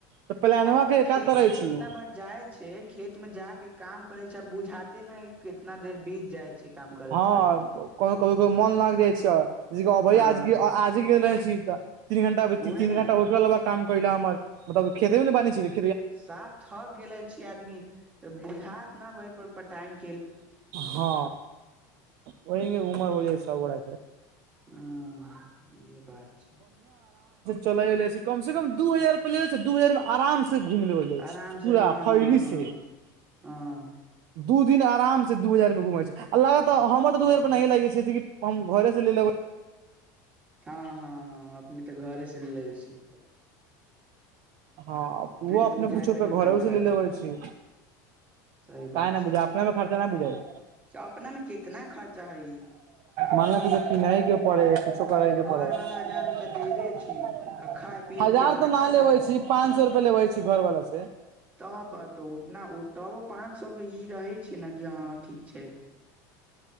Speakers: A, on the right; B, on the right.
A: तऽ प्लानवा
B: अब तऽ
A: के
B: खेतमे
A: का करै
B: कितना
A: छी
B: बार जाइ छै खेतमे जा के काम करे छै आब बुझाते न है कितना देर बीत जाइ छै काम करत
A: हँ
B: करत
A: कभी कभो मोन लागि जाइ छै ज अभ
B: हँ
A: आजे गेल रहै छी तऽ तीन घंटा तीन
B: उहे ने
A: घंटा होइला काम करै हमर मतलब खेतमे ने बानै छै
B: साफ थक गेले छीय आदमी बुझात न ओहिप पटांग
A: हँ ओह उमर हो जाइ सब गोरा के
B: हँ इहे बात छै
A: चलै ऊले छै कम से कम दू हजारे छै दू हजार आराम घुम लेबल जाइ
B: आराम
A: छै
B: से
A: पूरा
B: हँ
A: फैली
B: हँ हँ
A: से
B: हँ
A: दू दिन आराम सँ दू हजार मे घुमै छै आ लगातार हमर तऽ दू हजार पर नहिए लगै छैि हम घरेसँ ले लेबै
B: हँ हँ हँ अपने तऽ घरे से लए छी
A: हँ ओ
B: के तऽ
A: अपने
B: बुझाबे
A: पुछुुप
B: न
A: घरे
B: करी
A: उ
B: खर्चा
A: से लेनेे होै छी
B: सही बात
A: काहे न
B: छै
A: बुझाइ अपने मे खर्चा न बुझाइ
B: त अपना मे कितना खर्चा है
A: मान किछु कन ह के पे किछो करैके
B: घर
A: पे <inaudible>
B: वाला हजार रुपआ देरे छी आ खाय पियए
A: हजार
B: मे कितना
A: तऽ न
B: खर्चा
A: लेबै
B: करले
A: छी पाँंच सौ रुपया लेबै छी घरवाला से
B: तब तऽ उतना तबो पाँच सौ के ई रहे छै ने कि हँ ठीक छै